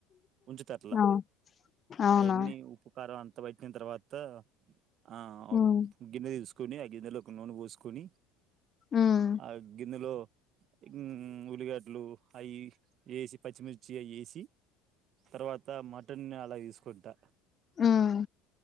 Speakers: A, on the right; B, on the left.
A: ఉంచుతట్లా
B: అవు అవునా
A: అయాన్ని ఉప్పు కారం అంత బట్టి టిన తర్వాత ఆ ఒ
B: ఉమ్
A: గిన్నె తీసుకొని ఆ గిన్నెలో ఒక నూనె వోస్కొని
B: ఉమ్
A: ఆ గిన్నెలో మ్మ్ ఉల్లిగడ్లు అయి ఏసి పచ్చిమిర్చి అయి ఏసి తర్వాత మటన్ ల దిస్కుంటా
B: ఉమ్